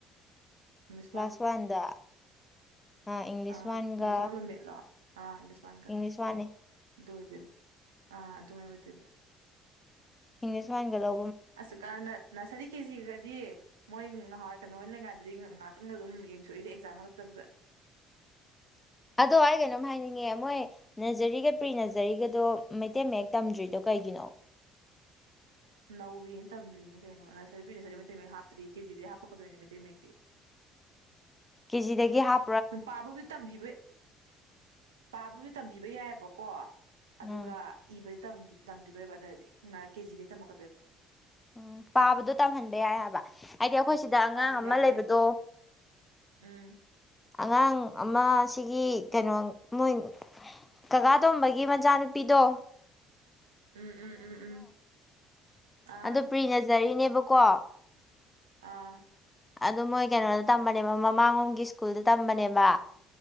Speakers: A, on the right (about 75°); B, on the left (about 15°).
A: ꯏꯪꯂꯤꯁ
B: ꯀ꯭ꯂ꯭ꯂꯥꯁ ꯋꯥꯟꯗ ꯑꯥ ꯏꯪꯂꯤꯁ
A: ꯑ
B: ꯋꯥꯟꯒ
A: ꯏꯟꯅꯁꯨ ꯋꯥꯂ ꯃꯦꯠꯂꯣ ꯑ ꯏꯟꯅꯁꯨ ꯋꯥꯒ
B: ꯏꯪꯂꯤꯁ ꯋꯥꯟꯅꯦ
A: ꯑꯗꯨ ꯑꯣꯏꯗꯣꯏꯕ ꯑꯥ ꯑꯗꯨꯉꯥꯏ ꯑꯣꯏꯗꯣꯏꯕ
B: ꯏꯪꯂꯤꯁ ꯃꯅꯒ ꯂ
A: ꯑꯁ ꯀ ꯅꯔꯁꯔꯤ ꯀꯦꯖꯤꯒꯗꯤ ꯃꯣꯏ ꯉꯥꯏꯍꯥꯟꯋꯥꯏ ꯀꯩꯅꯣꯣꯏ ꯂꯩꯉꯥꯏꯗꯗꯤ ꯉꯥꯏꯍꯥꯛꯇꯪ ꯑꯗꯨꯝ ꯌꯦꯡꯊꯣꯛꯏꯗꯤ ꯑꯦꯛꯖꯥꯝꯒꯂꯛꯇꯗ
B: <unintelligible> ꯑꯗꯣ ꯑꯩ ꯀꯩꯅꯣꯝ ꯍꯥꯏꯅꯤꯡꯉꯦ ꯃꯣꯏ ꯅꯔꯖꯔꯤꯒ ꯄ꯭ꯔꯤ ꯅꯔꯖꯔꯤꯒꯗꯣ ꯃꯩꯇꯩ ꯃꯌꯦꯛ ꯇꯝꯗ꯭ꯔꯤꯗꯣꯩꯅꯣ ꯆꯩꯒꯤꯅꯣ
A: ꯅꯧꯔꯤꯅ ꯇꯝꯗ꯭ꯔꯤꯅꯦ ꯀꯩꯅꯣ ꯅꯔꯁꯔꯤ ꯄꯤꯔꯁꯔꯤ ꯃꯩꯇꯩ ꯃ ꯍꯥꯞꯇ꯭ꯔꯤ ꯀꯦꯖꯤꯗ ꯍꯥꯄꯛ ꯗꯅꯤꯃꯤꯇꯤ ꯃꯦꯌꯦꯛꯛꯇꯗꯤ
B: ꯀꯦꯖꯤꯗꯒꯤ ꯍꯥꯞ
A: ꯅꯨꯄꯥꯥꯕꯨꯗꯤ ꯇꯝꯕꯤꯕ ꯄꯥꯕꯨꯁꯨ ꯇꯝꯕꯤꯕ ꯌꯥꯏꯑꯕꯀꯣ ꯑꯗꯨꯒ
B: ꯎꯝ
A: ꯏꯕ ꯇꯝꯈꯤꯔꯣꯏꯕ ꯑꯗꯏꯗꯤ ꯉ ꯀꯦꯖꯤꯗꯩ ꯇꯝꯃꯛꯀꯗꯣꯏꯕ
B: ꯎꯝ ꯄꯥꯕꯗꯣ ꯇꯝꯍꯟꯕ ꯌꯥꯏ ꯍꯥꯏꯕ ꯍꯥꯏꯗꯤ ꯑꯩꯈꯣꯏ ꯁꯤꯗ ꯑꯉꯥꯡ
A: ꯑꯥ
B: ꯑꯃ
A: ꯌꯥꯏ
B: ꯂꯩꯕꯗꯣ
A: ꯌꯥꯏ ꯎꯝ
B: ꯑꯉꯥꯡ ꯑꯃꯁꯤꯒꯤ ꯀꯩꯅꯣ ꯃꯣꯏ ꯀꯀꯥ ꯇꯣꯝꯕꯒꯤ ꯃꯆꯥꯅꯨꯄꯤꯗꯣ
A: ꯎꯝ ꯎꯝ ꯎꯝ ꯎꯝ ꯑꯥ
B: ꯑꯣ ꯄ꯭ꯔꯤꯅꯖꯔꯤꯅꯦꯕꯀꯣ
A: ꯑ
B: ꯑꯗꯨ ꯃꯣꯏ ꯀꯩꯅꯣꯗ ꯇꯝꯕꯅꯦꯕ ꯃꯃꯥꯡꯉꯣꯝꯒꯤ ꯁ꯭ꯀꯨꯜꯗ ꯇꯝꯕꯅꯦꯕ